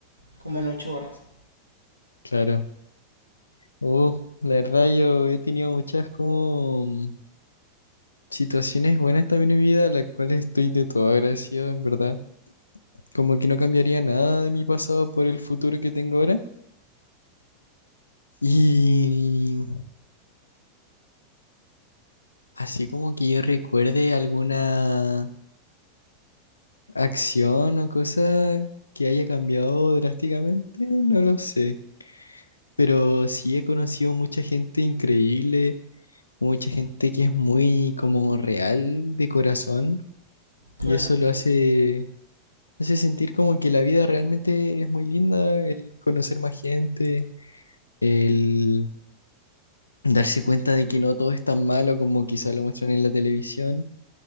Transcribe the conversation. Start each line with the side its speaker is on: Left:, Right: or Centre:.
Right: Como en ocho horas.
Left: Claro. Oh, la verdad yo he tenido muchas como situaciones buenas también en mi vida, a las cuales estoy de todo agradecido, en verdad. Como que no cambiaría nada de mi pasado por el futuro que tengo ahora. Y... Así como que yo recuerde alguna acción o cosa que haya cambiado drásticamente, no lo sé. Pero sí he conocido mucha gente increíble, mucha gente que es muy como real de corazón
Right: Claro.
Left: y eso lo hace, hace sentir como que la vida realmente es muy linda, el conocer más gente, el darse cuenta de que no todo es tan malo como quizá lo muestran en la televisión.